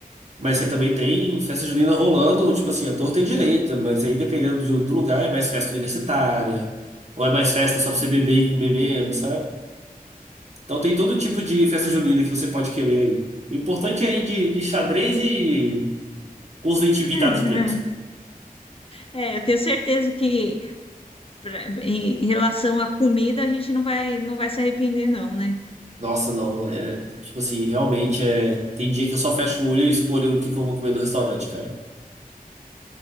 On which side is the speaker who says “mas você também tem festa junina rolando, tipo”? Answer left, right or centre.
Right